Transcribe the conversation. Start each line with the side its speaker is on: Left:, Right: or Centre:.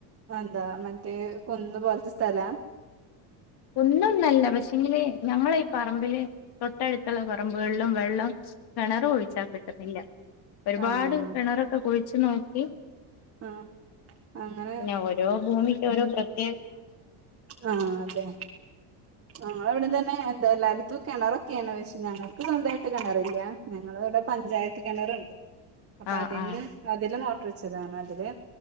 Right: എന്താ മറ്റേ കുന്ന് പോലത്തെ സ്ഥലാ
Left: കുന്ന് ഒന്നുംന്നല്ല പക്ഷെങ്കില് ഞങ്ങള ഈ പറമ്പില് തൊട്ടടുത്തുള്ള പറമ്പുകളിലും വെള്ളം കിണർ കുഴിച്ചാ കിട്ടുന്നില്ല ഒരുപാട്
Right: ആഹ്
Left: കിണറൊക്കെ കുഴിച്ചു നോക്കി
Right: ആഹ് അങ്ങനെ
Left: പിന്ന ഓരോ ഭൂമിക്ക് ഓരോ പ്രത്യേ
Right: ആ അതെ ഞങ്ങളെ ഇവിടെ തന്നെ എന്താ എല്ലായിടത്തും കിണറൊക്കെയാണ് പക്ഷേ ഞങ്ങൾക്ക് സ്വന്തമായിട്ട് കിണറില്ല ഞങ്ങളെ ഇവിടെ പഞ്ചായത്ത് കിണറുണ്ട് അപ്പൊ
Left: ആഹ്
Right: അതിന്ന്
Left: ആഹ്
Right: അതിൽ മോ മോട്ടർ വെച്ചതാണ് അതില്